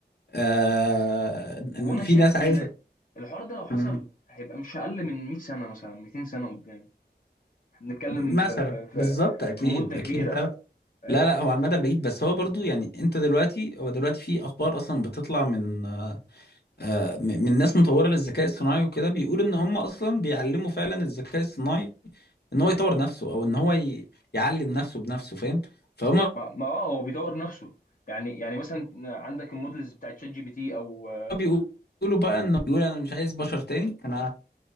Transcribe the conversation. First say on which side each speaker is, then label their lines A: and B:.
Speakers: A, on the left; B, on the left.
A: آه ان
B: هو انا
A: في
B: شايف
A: ناس عايزه
B: ان الحوار ده لو حصل
A: مم.
B: هيبقى مش اقل من 100 سنه مثلا 200 سنه قدام احنا بنتكلم
A: مثلا
B: في في في,
A: بالظبط اكيد
B: في مده
A: اكيد
B: كبيره
A: لا لا
B: فاهم
A: لا لا، هو على المدى البعيد بس هو برضو يعني انت دلوقتي هو دلوقتي في اخبار اصلا بتطلع من آه، م- من ناس مطوره للذكاء الصناعي وكده بيقول ان هم اصلا بيعلموا فعلا الذكاء الصناعي ان هو يطور نفسه او ان هو ي... يعلم نفسه بنفسه فاهم فهم
B: ما, ما اه هو بيطور نفسه يعني يعني مثلا عندك المودلز بتاعت شات جي بي تي او آه،
A: بيقولوا بقى انه بيقول انا مش عايز بشر تاني انا